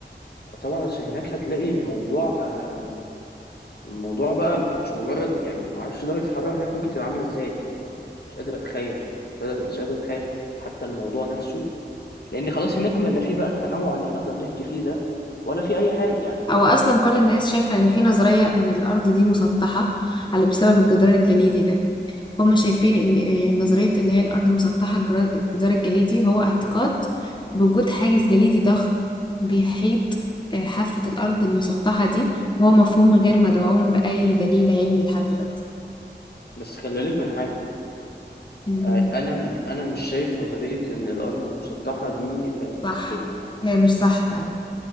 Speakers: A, on the left (about 60°); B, on the left (about 25°).
A: طبعا بس هناك هتلاقي الموضوع آه، الموضوع بقى مش مجرد يعني ما اعرفش درجه الحراره هناك ممكن تبقى عامله ازاي يعني مش قادر اتخيل مش قادر اتخيل حتى الموضوع نفسه لان خلاص هناك ما لا في بقى التنوع اللي احنا كنا بنحكي فيه ده ولا في اي حاجه يعني
B: هو اصلا كل الناس شايفه ان
A: فاهمه
B: في نظريه ان الارض دي مسطحه على بسبب الجدار الجليدي
A: مم.
B: ده فهم شايفين ان إيه، نظريه اللي هي الارض مسطحه الجرا- الجدار الجليدي هو اعتقاد
A: مم.
B: بوجود حاجز جليدي ضخم بيحيط آه، حافه الارض المسطحه دي وهو مفهوم غير مدعوم
A: مم.
B: باي دليل علمي لحد دلوقتي
A: بس خلي بالك من حاجه
B: مهم.
A: آه، انا م- انا مش شايف نظريه ان الارض مسطحه دي آه،
B: صح
A: صحيحه يعني
B: هي مش صح فعلا